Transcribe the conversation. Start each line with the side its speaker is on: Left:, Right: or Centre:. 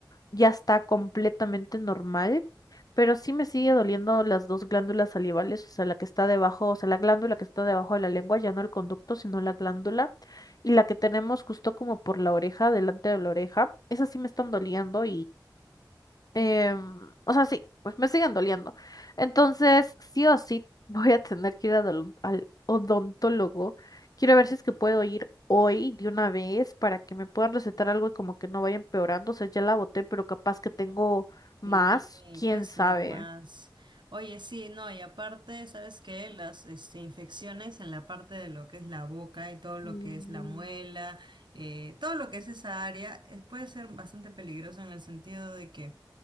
Left: ya está completamente normal, pero sí me sigue doliendo las dos glándulas salivales, o sea, la que está debajo, o sea, la glándula que está debajo de la lengua, ya no el conducto, sino la glándula, y la que tenemos justo como por la oreja, delante de la oreja, esas sí me están doliendo Em, o sea, sí, pues me siguen doliendo. Entonces, sí o sí, <laughs> voy a tener que ir al, odon- al odontólogo. Quiero ver si es que puedo ir hoy de una vez para que me puedan recetar algo y como que no vaya empeorando. O sea, ya la boté, pero capaz que tengo más,
Right: Sí,
Left: quién
Right: puedes
Left: sabe.
Right: tener más. Oye, sí, no, y aparte, ¿sabes qué? Las este, infecciones en la parte de lo que es la boca y todo lo
Left: Mm,
Right: que es la muela, eh, todo lo que es esa área, es- puede ser bastante peligroso en el sentido de que